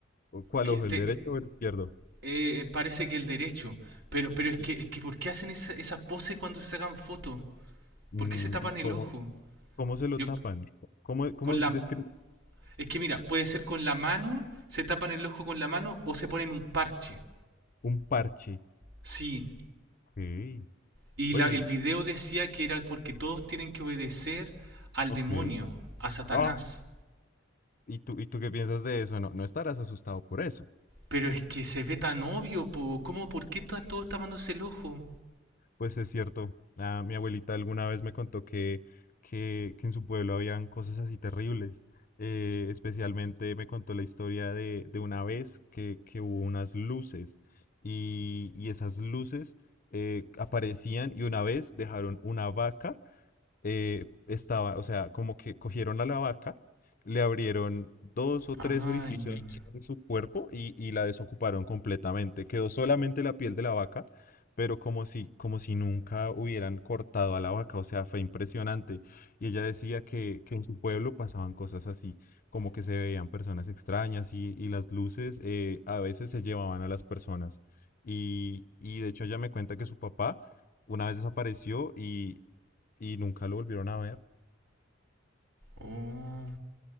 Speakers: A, on the left (about 45°); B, on the right (about 65°).
A: ¿Cuál
B: Que
A: ojo?
B: te-
A: ¿El derecho o el izquierdo?
B: eh, eh, parece que el derecho. Pero, pero es que,
A: ¿Y,
B: es que ¿por qué hacen esa- esas poses cuando se sacan fotos?
A: mm,
B: ¿Por qué se tapan
A: y
B: el
A: cómo,
B: ojo?
A: cómo se lo
B: Yo,
A: tapan? ¿Cómo, cómo
B: con la,
A: describe
B: Es que mira, puede ser con la mano, se tapan el ojo con la mano o se ponen un parche.
A: un parche?
B: Sí.
A: Sí.
B: Y
A: Bueno,
B: la- el
A: y...
B: video decía que era porque todos tienen que obedecer al
A: Ok.
B: demonio, a Satanás.
A: Ah, ¿Y tú, y tú qué piensas de eso? No, no estarás asustado por eso.
B: Pero es que se ve tan obvio, po. ¿Cómo? ¿Por qué está todo tapándose el ojo?
A: Pues es cierto, ah, mi abuelita alguna vez me contó que, que, que en su pueblo habían cosas así terribles. Eh, especialmente me contó la historia de, de una vez que, que hubo unas luces y, y esas luces eh, aparecían y una vez dejaron una vaca eh, estaba, o sea, como que cogieron a la vaca, le abrieron dos o
B: Ay.
A: tres orificios en su cuerpo y, y la desocuparon completamente. Quedó solamente la piel de la vaca, pero como si, como si nunca hubieran cortado a la vaca, o sea, fue impresionante. Y ella decía que, que en su pueblo pasaban cosas así, como que se veían personas extrañas y, y las luces eh, a veces se llevaban a las personas. Y, y de hecho ella me cuenta que su papá una vez desapareció y y nunca lo volvieron a ver.
B: Oh.